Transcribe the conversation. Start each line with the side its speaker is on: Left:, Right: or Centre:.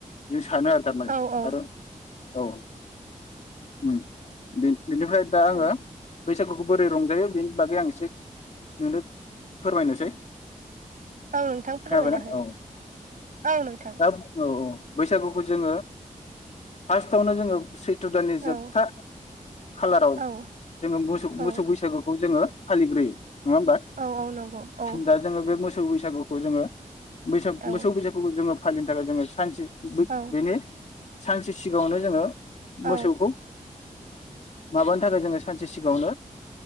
Left: <unintelligible> थानो आरो थारमाने
Right: औ औ
Left: आरो औ उम बे बिनिफ्राय दा आङो
Right: औ
Left: बैसागुखौ बोरै रंजायो बेनि बागै आं एसे नोंनो फोरमायनोसै
Right: औ नोंथां फोरमायना
Left: खोनाबायना
Right: हो
Left: औ
Right: औ नोंथां
Left: दा औ औ बैसागुखौ जोङो फार्स्टआवनो जोङो सैथ्र' दाननि जोबथा
Right: औ
Left: खालाराव
Right: औ
Left: जोङो मोसौ
Right: औ
Left: मोसौ बैसागुखौ जोङो फालिग्रोयो नङा होमबा
Right: औ औ नंगौ औ
Left: दा जोङो बे मोसौ फो बैसागुखौ जोङो बैसाग
Right: औ
Left: मोसौ बैसागु जोङो फालिनो थाखाय जोङो सानसे बेनो
Right: औ
Left: सानसे सिगाङावनो जोङो
Right: औ
Left: मोसौखौ माबानो थाखाय जोङो सानसे सिगाङावनो